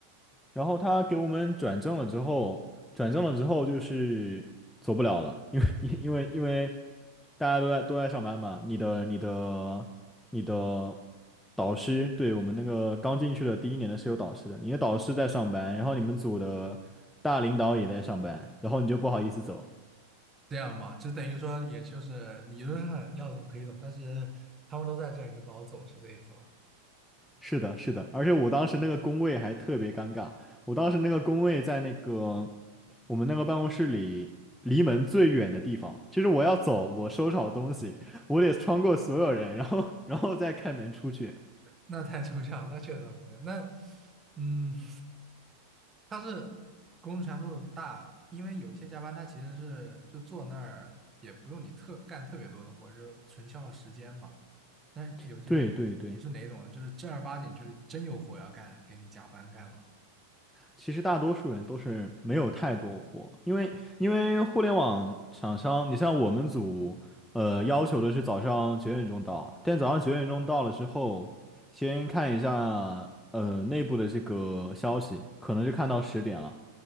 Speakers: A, in the centre; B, on the right.
A: 然后他给我们转正了之后，转正了之后就是走不了了，因为因为因为大家都在都在上班嘛，你的你的你的导师，对，我们那个刚进去的第一年的是有导师的，你的导师在上班，然后你们组的大领导也在上班，然后你就不好意思走。
B: 这样吗？就等于说，也就是理论上要走可以走，但是他们都在这儿，你就不好走，是这意思吗？
A: 是的，是的，而且我当时那个工位还特别尴尬，我当时那个工位在那个我们那个办公室里离门最远的地方，就是我要走，我收拾好东西，我得穿过所有人，然后然后再开门出去。
B: 那太抽象，那确实很抽象那嗯，<laughs> 它是工作强度大，因为有一些加班，它其实是就坐那儿也不用你特干特别多的活，就纯消耗时间嘛。那有些你是哪种人，
A: <laughs> 对对对。
B: 就是正儿八经就是真有活要干，给你加班干了
A: 其实大多数人都是没有太多货，因为因为互联网厂商，你像我们组，呃，要求的是早上九点钟到，但早上九点钟到了之后，先看一下呃内部的这个消息，可能就看到十点了，